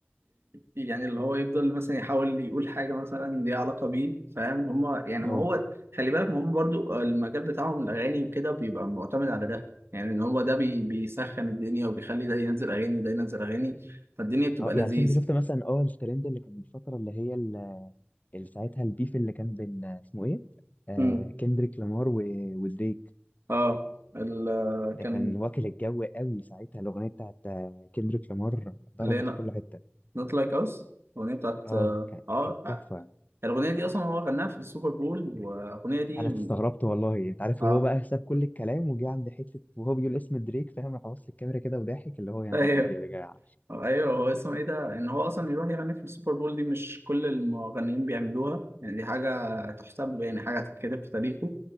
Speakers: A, on the right; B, on the left.
A: يعني اللي هو يفضل مثلا يحاول يقول حاجة مثلا ليها علاقة بيه فاهم هم يعني
B: اه
A: ما هو خلي بالك ما هم برضو المجال بتاعهم الأغاني وكده بيبقى معتمد على ده يعني إن هو ده بي... بيسخن الدنيا وبيخلي ده ينزل أغاني وده ينزل أغاني فالدنيا بتبقى
B: اه
A: لذيذ
B: يعني انت شفت مثلا اه الترند اللي كان من فتره اللي هي ال- اللي ساعتها البيف اللي كان بين اسمه ايه آه
A: امم
B: كندريك لامار و... ودريك
A: اه ال...
B: ده
A: كان
B: كان واكل الجو قوي ساعتها الاغنيه بتاعت آه، كندريك لامار ضربت
A: اللي هي
B: في كل حته
A: Not Like Us الأغنية بتاعت
B: اه كان-
A: اه
B: كانت تحفه
A: الأغنية دي أصلا هو غناها في السوبر بول والأغنية دي
B: انا استغربت والله انت عارف
A: اه
B: وهو بقى ساب كل الكلام وجه عند حته وهو بيقول اسم دريك فاهم راح بص الكاميرا كده وضاحك اللي هو يا
A: أيوه
B: نهار ابيض يا جدع
A: أيوه هو اسمه إيه ده؟ إن هو أصلا يروح يغني في السوبر بول دي مش كل المغنيين بيعملوها يعني دي حاجة تحسب له يعني حاجة هتتكتب في تاريخه